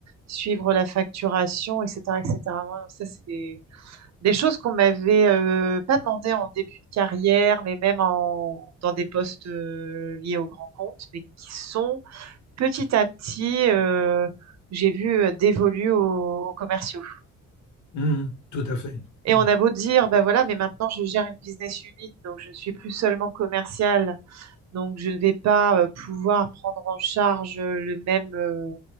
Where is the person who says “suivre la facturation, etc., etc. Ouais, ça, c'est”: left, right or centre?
Right